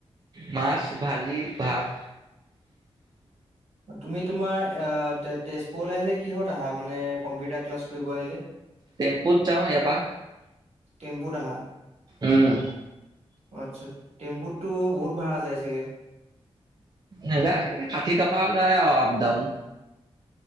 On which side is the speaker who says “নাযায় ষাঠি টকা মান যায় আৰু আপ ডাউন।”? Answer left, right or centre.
Right